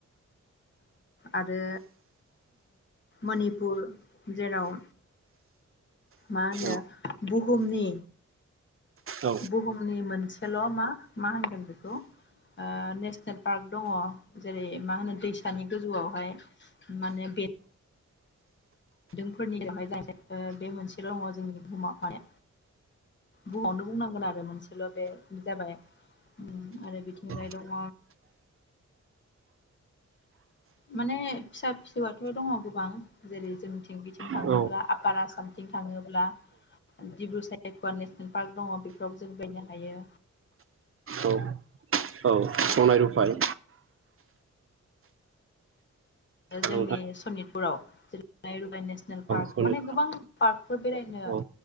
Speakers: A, on the left; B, on the right.
A: आरो मनिपुर जेराव मा होनो
B: औ
A: बुहुमनि
B: औ
A: बुहुमनि मोन सेल' मा मा होनगोन बेखौ ओ नेसनेल पार्क दङ जेरै- मा होनो दैसानि गोजौआवहाय माने बे बिदोंफोरनि बेवहाय जाय ओ बे मोनसेल' दङ जोंनि। बुहुमाव माने बुहुमावनो बुंनांगोन आरो मोनसेल' बे बि जाबाय ओम आरो बिथिंनिफ्राय
B: औ
A: दङ माने फिसा फिसौआथ' दङ गोबां जेरै। <inaudible> जों बेथिं थाङोब्ला
B: औ
A: आफार आसामथिं थाङोब्ला दिब्रु सा <unintelligible> पार्क दङ बेफोरावबो जों गायनो हायो।
B: औ औ सनाय रुफाय
A: जोंनि
B: औ
A: सनित पुराव <unintelligible> नेसनेल पार्क
B: सनाय
A: माने गोबां पार्कफोर बेरायनो
B: औ